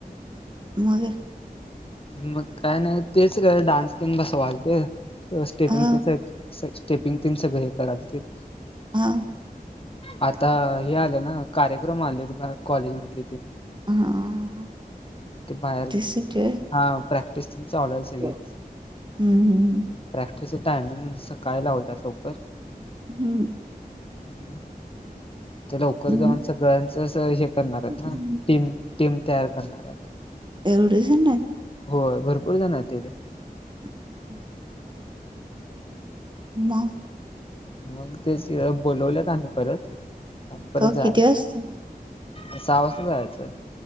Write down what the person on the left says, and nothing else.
मग काय नाही, तेच का डान्स तेन बसवायलते स्टेपिंग
तेच स्टेपिंग तेंन सगळ हे कराल तेचं.
आता हे आलं ना कार्यक्रम, आलेत कॉलेज मधले तेन.
ते बाहेर
हा. प्रॅक्टिस तेन चालू ए सगळीच.
प्रॅक्टिसचे टाइमिंग सकाळी लावल्यात लवकर.
हम्म ते लवकर
जाऊन सगळ्यांच हे करणार आहेत
ना? टीम टीम तयार करणार आहेत.
होय. भरपूर जण आहेत तिथे.
मग ते <unintelligible> बोलवल्यात आणि परत आणि परत
जा-
त सहा वाजता जायाचं.